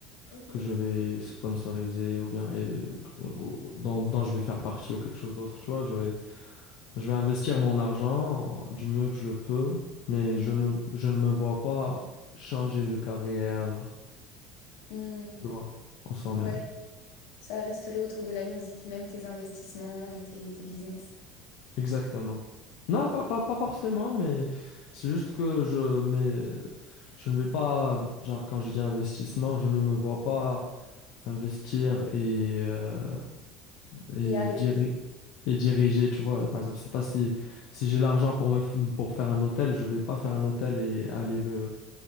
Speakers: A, on the left; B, on the left.
A: ok.
B: que je vais sponsoriser ou bien et ou- ou- dont, dont je vais faire partie ou quelque chose d'autre. Tu vois, je vais je vais investir mon argent du mieux que je le peux, mais
A: Mm,
B: je ne je ne me vois pas changer de carrière,
A: mm,
B: tu vois, en soi-même.
A: ouais, ça resterait autour de la musique, même tes investissements et tes, tes business.
B: Exactement. Non,
A: Ok.
B: pas, pas, pas forcément, mais c'est juste que je, mais je ne vais pas, genre quand je dis investissement, je ne me vois pas investir et, euh, et,
A: Et arrêter
B: diri-
A: de...
B: et diriger, tu vois. Par exemple, c'est pas si, si j'ai l'argent pour me, f- pour faire un hôtel, je vais pas faire un hôtel et aller le,